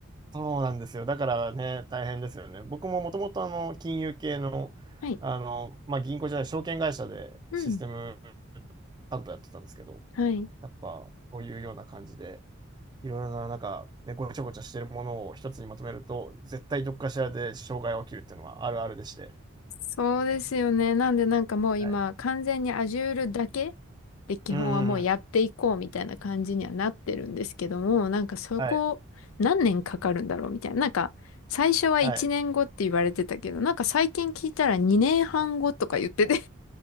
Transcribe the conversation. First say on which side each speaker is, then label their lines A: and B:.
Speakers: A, on the right; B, on the left.
A: そうなんですよ。だからね、大変ですよね。僕ももともとあの、金融系の、
B: はい。
A: あの、まあ、銀行じゃない、証券会社でシステム
B: うん。
A: 担当やってたんですけど、
B: はい。
A: やっぱこういうような感じで、いろいろな、なんか、ね、ごちゃごちゃしてるものを一つにまとめると、絶対どっかしらで障害が起きるっていうのはあるあるでして。
B: そうですよね。なんでなんかもう今完全に
A: はい。
B: Azure だけで基本はもうやっていこうみたいな感じにはなってるんですけども、
A: うんうんうん。
B: なんかそこ何年かかるんだろうみたいな。
A: はい。
B: なんか最初は1年後って言われてたけど、
A: はい。
B: なんか最近聞いたら2年半後とか言ってて